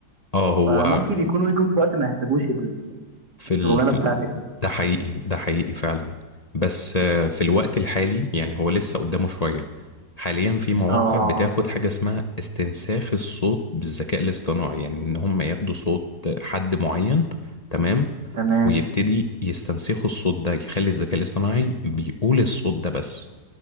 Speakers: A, on the left (about 25°); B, on the right (about 70°).
A: اه هو
B: فممكن يكونوا يجوا في وقت ما يحتاجوش ال-
A: في
B: الشغلانه
A: ال... في
B: بتاعتك
A: ال...
B: دي
A: ده حقيقي ده حقيقي فعلا بس آه، في الوقت الحالي يعني هو لسه قدامه شوية حاليا في مواقع
B: اه
A: بتاخد حاجة اسمها استنساخ الصوت بالذكاء الاصطناعي يعني ان هم ياخدوا صوت حد معين تمام
B: تمام
A: ويبتدي يستنسخوا الصوت ده يخلي الذكاء الاصطناعي بيقول الصوت ده بس